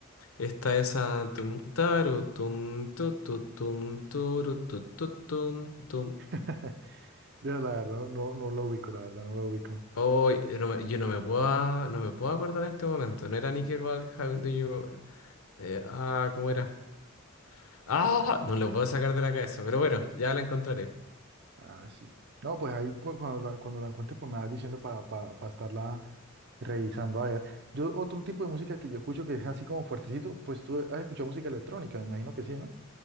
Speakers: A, on the left; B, on the right.
A: Esta es a tum taru tum tu tu tum turu tu tu tum tum.
B: <laughs> Yo la verdad no, no lo ubico, la verdad no lo ubico.
A: Oh, no me- yo no me puedo, no me puedo acordar en este momento. No era Nickelback, How Do You... eh, ah, ¿cómo era? Ah, no lo puedo sacar de la cabeza, pero bueno, ya la encontraré.
B: Ah, sí. No, pues ahí cu- cuando la, cuando la encuentres, pues me vas diciendo para estarla revisando. A ver, yo otro tipo de música que yo escucho que es así como fuertecito, pues tú has escuchado música electrónica, me imagino que sí, ¿no?